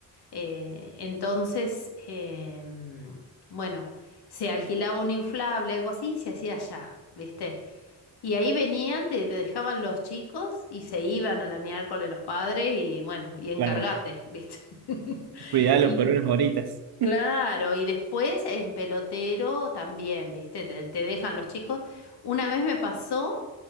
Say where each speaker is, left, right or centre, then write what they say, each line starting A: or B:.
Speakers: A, on the left; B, on the right.
A: eh, entonces, em, bueno, se alquilaba un inflable, algo así, y se hacía allá, ¿viste? Y ahí venían, te te dejaban los chicos y se iban a la miércoles los padres y bueno, y encargate,
B: claro.
A: ¿viste? <laughs>
B: Cuidarlos
A: Y
B: por unas horitas.
A: claro, y después en pelotero también, ¿viste? Te, te dejan los chicos. Una vez me pasó